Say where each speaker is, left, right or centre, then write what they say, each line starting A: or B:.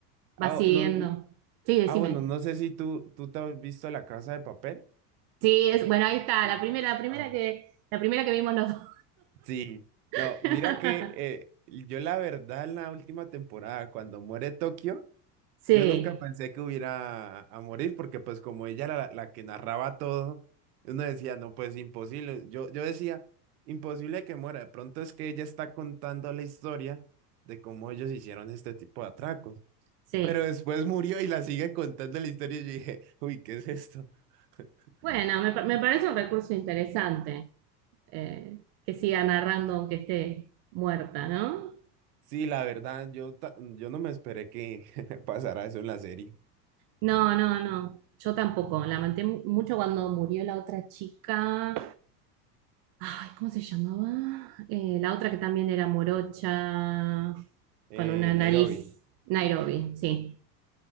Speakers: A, on the right (about 75°); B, on the right (about 50°).
A: Ah,
B: va siguiendo.
A: no, no-
B: Sí, decime.
A: ah, bueno, no sé si tú, tú te has visto La Casa de Papel.
B: Sí, es, bueno, ahí está,
A: Sí,
B: la primera,
A: Ah,
B: la primera
A: ah.
B: que, la primera que vimos los dos.
A: sí, no,
B: <laughs>
A: mira que eh, yo la verdad en la última temporada, cuando muere Tokio,
B: Sí,
A: Yo nunca pensé que hubiera a morir porque pues como ella era la, la que narraba todo, uno decía, no, pues imposible. Yo, yo decía, imposible que muera. De pronto es que ella está contando la historia de cómo ellos hicieron este tipo de atracos.
B: sí.
A: Pero después murió y la sigue contando la historia y yo dije, <laughs> uy, ¿qué es esto? <laughs>
B: Bueno, me, pa- me parece un recurso interesante eh, que siga narrando aunque esté muerta, ¿no?
A: Sí, la verdad, yo, ta- yo no me esperé que <laughs> pasara eso en la serie,
B: No, no, no. Yo tampoco. La manté mu- mucho cuando murió la otra chica. Ay, ¿cómo se llamaba? Eh, la otra que también era morocha,
A: en
B: con una nariz.
A: Nairobi.
B: Nairobi, sí.